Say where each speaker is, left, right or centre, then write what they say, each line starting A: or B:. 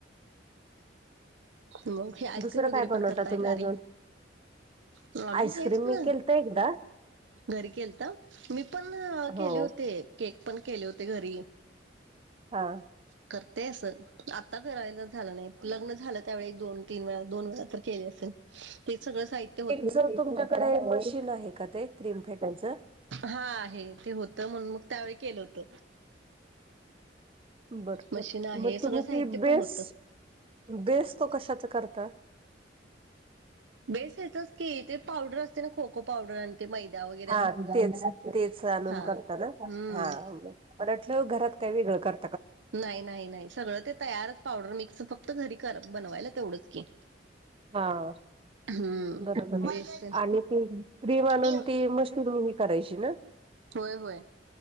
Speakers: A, on the right; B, on the right.
A: मग हे आईस्क्रीम
B: दुसरं
A: वगैरे
B: काय बनवता
A: पण करताय
B: तुम्ही
A: घरी.
B: अजून
A: वामही
B: आईस्क्रीम
A: हेच ना.
B: मी केलत एकदा
A: घरी केलत मी पण
B: हो
A: केले होते केक पण केले होते घरी
B: हा.
A: करते असं आता करायला झालं नाही लग्न झालं त्यावेळी एक दोन तीन वेळा दोन वेळा तर केले असेल. तेच सगळं साहित.
B: एक ज तुमच्याकडे मशीन आहे का ते क्रीम फेटायचं
A: हा आहे ते होतं म्हण मग त्यावेळी केलं होत
B: बर
A: मशीन
B: बर
A: आहे
B: मग
A: सगळं
B: तुम्ही
A: साहित्य
B: ती बेस
A: पण होतं
B: बेस तो कशाचा करता
A: बेस येतोच की ते पावडर असते ना को को पावडर ते मैदा वैगरे.
B: हा तेच तेच आणुन
A: हम्म
B: करतना हा मला वाटलं घरात काही वेगळं कर
A: नाही नाही नाही सगळं ते तयारच पावडर मिक्स फक्त घरी कर बनवायला तेवढंच की
B: हा
A: हम्म
B: बरोबर आहे
A: बेस
B: आणि ती क्रीम
A: तेन
B: आणून ती मशीन ही करायची ना.
A: होय होय